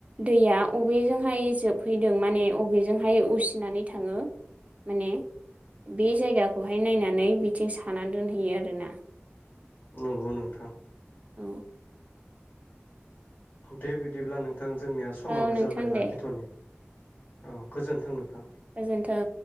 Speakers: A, on the right; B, on the left.
A: दैया अबेजोंहाय जोबहैदों माने अबेजोंहाय उसिनानै थांङो माने बे जायगाखौहाय नायनानै बिथिं साना दोनहैयो आ रो ना
B: नंगौ नोंथां।
A: औ
B: दे बिदिब्ला नों नोंथां जोंनिया समा
A: औ
B: बो
A: नोंथां
B: जाबाय लाखिथरनि
A: दे
B: औ गोजोन्थों नोंथां।
A: गोजोन्थों